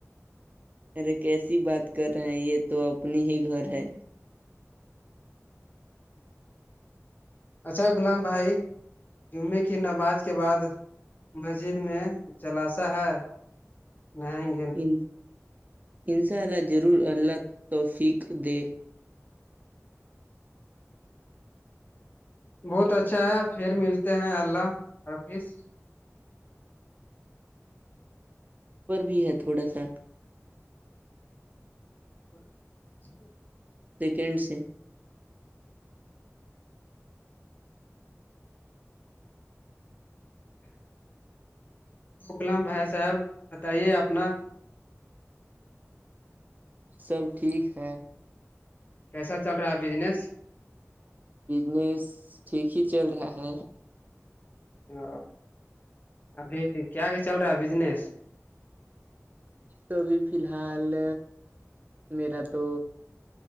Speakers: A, on the right; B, on the left.
A: ارے کیسی بات کر رہے ہیں یہ تو اپنی ہی گھر ہے
B: اچھا غلام بھائی جمعے کی نماز کے بعد مسجد میں جلاسا ہے نہیں
A: ان ان شاء اللہ ضرور اللہ توفق دے
B: بہت اچھا ہے پھر ملتے ہیں اللہ حافظ
A: پر بھی ہے تھوڑا سا
B: <inaudible>
A: سیکنڈ سے
B: غلام بھائی صاحب بتائیے اپنا
A: سب ٹھیک ہے
B: کیسا چل رہا ہے بزنس
A: بجنس ٹھیک ہی چل رہا ہے
B: او ابھی کیا کیا چل رہا ہے بجنس
A: تو ابھی فی الحال میرا تو